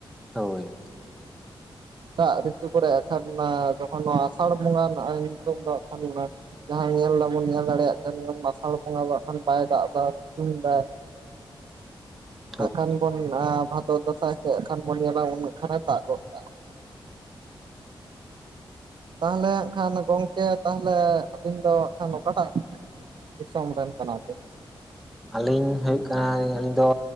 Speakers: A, in the centre; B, on the right.
A: ᱦᱚᱭ
B: ᱫᱟᱜ ᱨᱤᱛᱩ ᱠᱚᱨᱮᱜ ᱟᱠᱷᱟᱱ ᱢᱟ ᱡᱚᱠᱷᱚᱱ ᱱᱚᱣᱟ ᱟᱥᱟᱲ ᱵᱚᱸᱜᱟ ᱨᱮᱱᱟᱜ ᱧᱩᱛᱩᱢ ᱫᱚ ᱟᱠᱷᱟᱱ ᱚᱱᱟ ᱡᱟᱦᱟᱸ ᱧᱮᱞ ᱮᱫᱟ ᱵᱚᱱ ᱧᱮᱞ ᱫᱟᱲᱮᱭᱟᱜ ᱠᱟᱱ ᱜᱮᱭᱟᱵᱚᱱ ᱟᱥᱟᱲ ᱵᱚᱸᱜᱟ ᱫᱟᱜ ᱠᱷᱟᱱ ᱵᱟᱭ ᱫᱟᱜ ᱮᱫᱟ ᱥᱤᱛᱩᱝ ᱮᱫᱟᱭ
A: <inaudible>
B: ᱦᱟᱸᱜ ᱠᱷᱟᱱ ᱵᱚᱱ ᱟᱸ ᱵᱷᱟᱫᱚᱨ ᱫᱟᱸᱥᱟᱭ ᱥᱮ ᱦᱟᱸᱜ ᱠᱷᱟᱱ ᱵᱚᱱ ᱧᱮᱞᱟ ᱩᱱᱟᱜ ᱦᱟᱸᱜ ᱠᱷᱟᱱᱮ ᱫᱟᱜ ᱜᱚᱫ ᱠᱟᱜᱼᱟ ᱛᱟᱦᱞᱮ ᱦᱟᱸᱜ ᱠᱷᱟᱱ ᱜᱚᱝᱠᱮ ᱛᱟᱦᱚᱞᱮ ᱟᱹᱵᱤᱱ ᱫᱚ ᱦᱟᱸᱜ ᱠᱷᱟᱱ ᱚᱠᱟᱴᱟᱜ ᱫᱤᱥᱚᱢ ᱨᱮᱱ ᱠᱟᱱᱟᱵᱤᱱ?
A: ᱟᱹᱞᱤᱧ ᱦᱩᱭᱩᱜ ᱠᱟᱱᱟ ᱟᱹᱞᱤᱧ ᱫᱚ